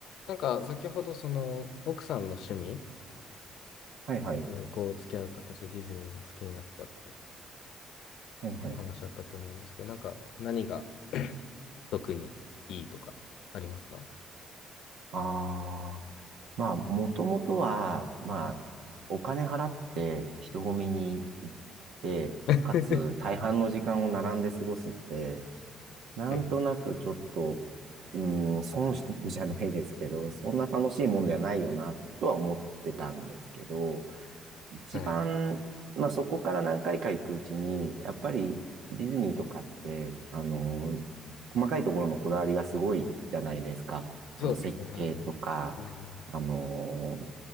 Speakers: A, on the left (about 80°); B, on the right (about 80°).
A: なんか先ほどその奥さんの趣味
B: はいはい。
A: にこう付き合う形でディズニーが好きになったって
B: はいはい。
A: お話あったと思うんですけど、なんか何が特にいいとかありますか
B: ああ、まあ、もともとは、まあ、お金払って人混みに行って、
A: <laughs>
B: かつ大半の時間を並んで過ごすって、なんとなくちょっと、
A: うん
B: うーん、損してるじゃないですけど、そんな楽しいもんではないよな、とは思ってたんですけど、一番、
A: うん。はい。
B: まあ、そこから何回か行くうちに、やっぱりディズニーとかって、あの、細かいところのこだわりがすごいじゃないですか。あの、
A: そうですね。
B: 設計とか、
A: はい。うんうん。
B: あの、